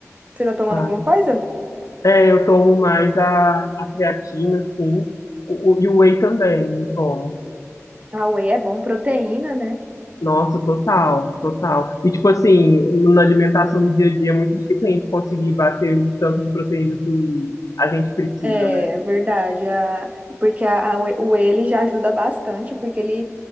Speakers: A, on the right; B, on the left.
A: Você tá tomando
B: Ah,
A: alguma coisa?
B: é, eu tomo mais a, a creatina, sim, o, o- e o whey também, eu tomo.
A: Ah, whey é bom, proteína, né?
B: Nossa, total, total. E tipo assim, na alimentação do dia a dia é muito difícil a gente conseguir bater o tanto de proteína que a gente precisa,
A: É
B: né?
A: verdade, a- porque a- a- o ele já ajuda bastante, porque ele,